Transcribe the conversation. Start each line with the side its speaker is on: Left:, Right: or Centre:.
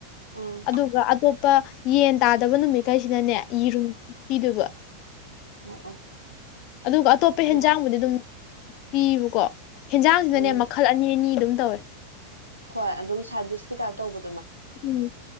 Right: ꯑꯥ
Left: ꯑꯗꯨꯒ ꯑꯇꯣꯞ ꯄ ꯌꯦꯟ ꯇꯥꯗꯕ ꯅꯨꯃꯤꯠꯈꯩꯁꯤꯅꯅꯦ ꯌꯦꯔꯨꯝ ꯄꯤꯗꯣꯏꯕ
Right: ꯑꯣ ꯑꯣ
Left: ꯑꯗꯨꯒ ꯑꯇꯣꯞꯄ ꯍꯦꯟꯖꯥꯡꯕꯨꯗꯤ
Right: ꯌꯥꯏ ꯑꯗꯨꯗꯤ
Left: ꯑꯗꯨꯝ ꯄꯤꯕꯀꯣ ꯍꯦꯟꯖꯥꯡꯁꯤꯅꯅꯦ
Right: ꯎꯝ
Left: ꯃꯈꯜ ꯑꯅꯤ ꯑꯅꯤ ꯑꯗꯨꯝ ꯇꯧꯋꯦ
Right: ꯍꯣꯏ ꯑꯗꯨꯝ ꯁꯥꯗ ꯗꯤꯁꯀꯤ ꯇꯥꯏ ꯇꯧꯕ
Left: ꯎꯝ